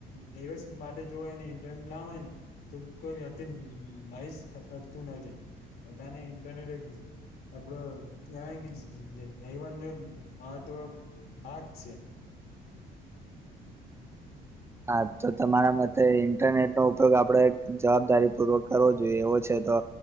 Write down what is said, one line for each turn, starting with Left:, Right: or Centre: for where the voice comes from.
Left: દિવસ માટે જો હે ને ઈન્ટરનેટ ના હોય ને તો કોઈ વ્યક્તિ ન <unintelligible> નથી બધાને ઇન્ટરનેટ એક આપડો <unintelligible> કે જીવન ન મહત્વ ભાગ છે.
Right: હા તો તમારા માટે ઇન્ટરનેટ નો ઉપયોગ આપડે જવાબદારી પૂર્વક કરવો જોઈએ એવો છે તો